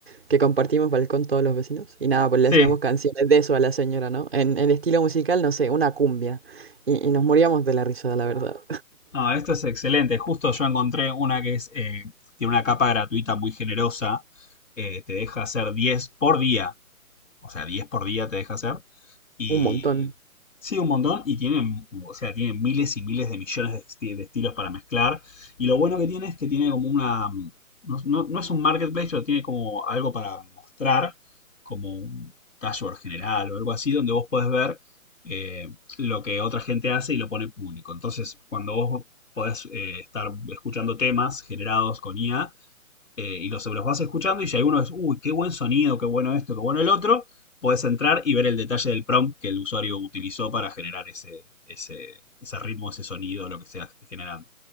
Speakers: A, on the right; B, on the left.
A: que compartimos balcón todos los vecinos. Y nada, pues
B: sí,
A: le hacíamos canciones de eso a la señora, ¿no? En, en estilo musical, no sé, una cumbia. Y, y nos moríamos de la risa, la verdad.
B: no, esto es excelente. Justo yo encontré una que es, eh, tiene una capa gratuita muy generosa. eh, te deja hacer 10 por día. O sea, 10 por día te deja hacer. Y
A: Un montón.
B: sí, un montón. Y tienen, o sea, tienen miles y miles de millones de, esti- de estilos para mezclar. Y lo bueno que tiene es que tiene como una... mm, No, no- no es un marketplace, pero tiene como algo para mostrar, como un dashboard general o algo así, donde vos podés ver eh, lo que otra gente hace y lo pone público. Entonces, cuando vos podés eh, estar escuchando temas generados con IA, eh, y los, los vas escuchando y si alguno es, uy, qué buen sonido, qué bueno esto, qué bueno el otro, puedes entrar y ver el detalle del prompt que el usuario utilizó para generar ese, ese, ese ritmo, ese sonido, lo que sea que esté generando.